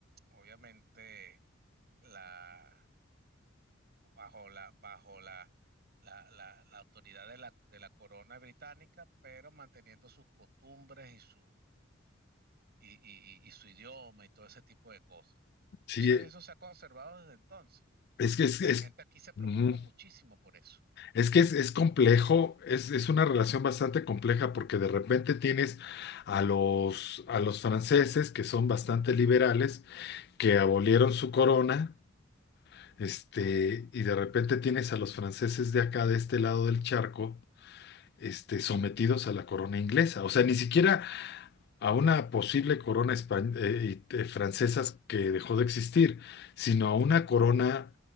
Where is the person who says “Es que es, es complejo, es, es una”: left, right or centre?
Left